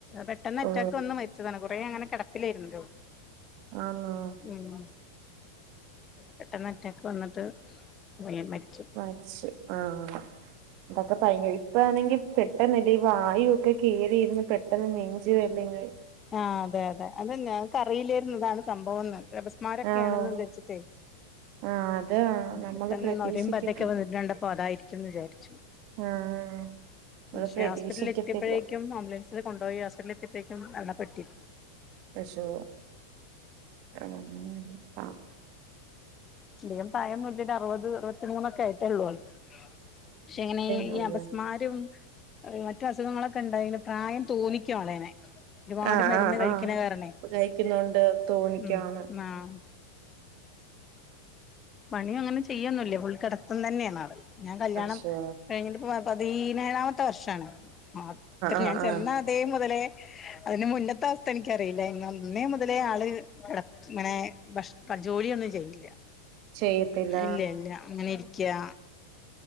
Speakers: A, on the left; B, on the right.
A: പെട്ടെന്ന് അറ്റാക്ക്
B: ഓ
A: വന്ന് മരിച്ചെതാണ് കുറേ അങ്ങന കെടപ്പിലേരുന്നു രോ
B: ആന്നോ
A: മ്മ് പെട്ടെന്നറ്റാക്ക് വന്നട്ട് അങ്ങ് മരി
B: അത് ശരി ആഹ് അതൊക്ക കഴിഞ്ഞ് പോയി ഇപ്പാന്നെങ്കി പെട്ടെന്നല്ലേ ഈ വായു ഒക്കെ കേറിയിരുന്ന് പെട്ടന്ന് നെഞ്ച് വെലങ്ങി
A: ആഹ് അതെ അതെ അതന്നെ ഞങ്ങക്ക് അറിയില്ലേരുന്ന് ഇതാണ് സംഭവംന്ന് അഭസ്മാരൊക്കെയാണെന്ന്
B: ആഹ്
A: വെച്ചിട്ടേ
B: ആഹ് അതാ നമ്മള്
A: പെട്ടന്ന്
B: പ്രതീക്ഷിക്കത്തി
A: നൊരേം പതെക്കെ വന്നത് കണ്ടപ്പ അതായിരിക്കുംന്ന് വിചാരിച്ചു
B: ആഹ് നമ്മള്
A: പക്ഷേ
B: പ്രതീക്ഷിക്കത്തില്ല
A: ഹോസ്പിറ്റലിലെത്തിയപ്പെഴേക്കും ആംബുലൻസ് കൊണ്ടോയി ഹോസ്പിറ്റലെത്തിയപ്പെഴേക്കും മരണപ്പെട്ടി
B: അശ്ശോ <unintelligible> ആഹ്
A: പിന്നേ പ്രായം നോക്കിട്ട് അറുവത് അറുവത്തിമൂനൊക്കെ ആയിട്ടൊള്ളൂ ആൾക്ക് പക്ഷേ ഇങ്ങനെ ഈയ്
B: അയ്യോ
A: ഈ അപസ്മാരും മറ്റ് അസുഖങ്ങളൊക്ക ഒണ്ടായ്ന് പ്രായം തോന്നിക്കുവാളേനെ ഒരുപാട്
B: ആഹ്
A: മരുന്ന്
B: ആഹ്
A: കഴിക്കണ
B: ആഹ്
A: കാരണേ
B: കഴിക്കുന്നോണ്ട് തോന്നിക്കാന്ന്
A: മ്മ് ആഹ് പണിയങ്ങനെ ചെയ്യൊന്നുല്ല്യ ഫുൾ കെടത്തം തന്നെയാണാള് ഞാൻ കല്യാണം
B: പശോ
A: കഴിഞ്ഞ്ട്ട്പ്പ പ പതീനേഴാമത്തെ വർഷാണ് ആഹ് അത്തറീം
B: ആഹ്
A: ഞാൻ ചെന്ന
B: ആഹ്
A: അതേ മുതെലേ അതിന് മുന്നത്തെ അവസ്ഥ എനിക്കറിയില്ല എങ്ങനേന്ന് ഇന്നേ മുതലേ ആള് കെട ഇങ്ങനേ ഭഷ് കട് ജോലിയൊന്നും ചെയ്യൂല്ല്യ
B: ചെയ്യത്തില്ല
A: ഇല്ല്യ ഇല്ല്യ ഇങ്ങനെ ഇരിക്ക്യാ